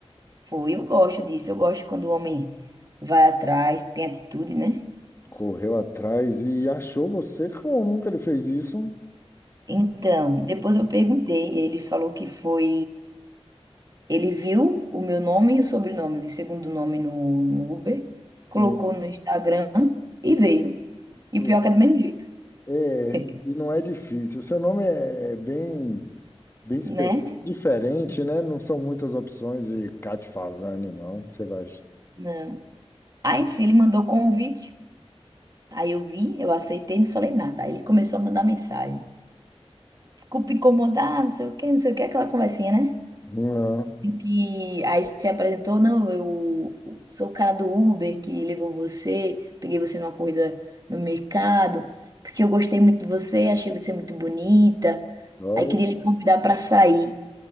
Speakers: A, on the right; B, on the left.
A: Foi. Eu gosto disso. Eu gosto quando o homem vai atrás, tem atitude, né?
B: correu atrás e achou você. Como que ele fez isso?
A: Então, depois eu perguntei. e Ele falou que foi. Ele viu o meu nome e o sobrenome, o segundo nome no, no Uber, colocou
B: É,
A: no Instagram e veio. E
B: pro-
A: o pior é que é do mesmo jeito,
B: é,
A: <laughs>
B: e não é difícil. Seu nome é é bem, bem espe-
A: né?
B: diferente, né? Não são muitas opções de Cat Fazani, não. Você vai.
A: Não. Aí, enfim, ele mandou o convite. Aí eu vi, eu aceitei, não falei nada. Aí ele começou a mandar mensagem. Desculpa incomodar, não sei o quê, não sei o quê, aquela conversinha, né?
B: Não.
A: E aí se apresentou, não, eu sou o cara do Uber que levou você, peguei você numa corrida no mercado, porque eu gostei muito de você, achei você muito bonita.
B: Foi,
A: Aí queria lhe convidar pra sair.